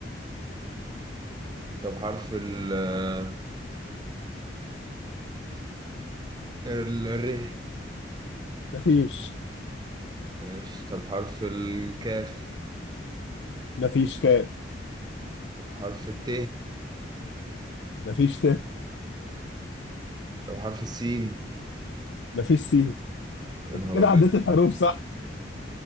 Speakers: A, on the right (about 20°); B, on the left (about 75°).
A: طب حرف ال آه، ال- الر
B: مفيش
A: ماشي طب حرف الكاف
B: مفيش كاف
A: طب حرف الت
B: مفيش ت
A: طب حرف السين
B: مفيش سين
A: يا
B: انت
A: نهار
B: كده
A: أبيض
B: عديت الحروف صح